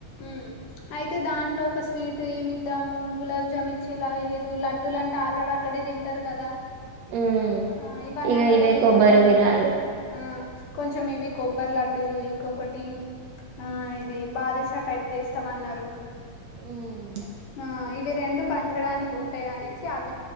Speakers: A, on the left (about 80°); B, on the right (about 80°).
A: ఉమ్ అయితే దాంట్లో ఒక స్వీట్ టీమ్ ఇద్దాము గులాబ్ జామ్ ఇచ్చేలాగ లేదు, లడ్డులుంటే ఆల్రెడీ అక్కడే తింటారు కదా.
B: ఉమ్
A: ఆ ఇవిఅని
B: ఇగ
A: అక్కడే
B: ఇవే
A: తింటారు
B: కొబ్బరి
A: కదా,
B: విలాలు
A: ఆ కొంచెం ఇవి కొబ్బరి లడ్డూలు ఇంకొకటి ఆ ఇది బాదుషా టైప్ చేస్తామన్నారు.
B: ఉమ్.
A: ఆ ఇవి రెండు పంచడానికి ఉంటాయ్ అనేసి అవ్